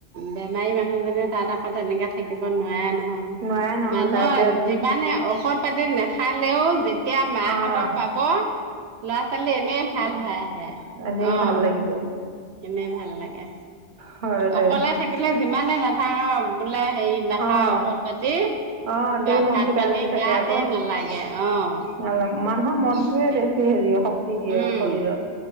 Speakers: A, on the right; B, on the right.
A: বেমাৰী মানুহজনী তাত আকৌ তেনেকে থাকিব নোৱাৰে নহয়।
B: নোৱাৰে নহয়
A: মানুহৰ
B: তাই এতিয়া
A: যিমানে ঔষত পাতি নাখালেও যেতিয়া মাক
B: অঁ
A: হঁতক পাব, ল'ৰা ছোৱালী এনেই ভাল হয়। এ
B: এনেই
A: অঁ
B: ভাল লাগি যায়
A: এনেই ভাল লাগে।
B: হয় দে
A: অকলে থাকিলে যিমানে নাথাক বোলে হেৰি নাখাও
B: অঁ
A: ঔষধ পাতি।
B: অঁ তেঁও
A: বা
B: মনতটো
A: ভাত
B: বেয়া
A: পানী
B: লাগি থাকে
A: গাতে
B: আকৌ,
A: নালাগে অ',
B: ন মানুহৰ মনটোয়ে
A: তাকে
B: বে হেৰি শক্তি দিয়ে
A: উম,
B: আৰু শৰীৰত,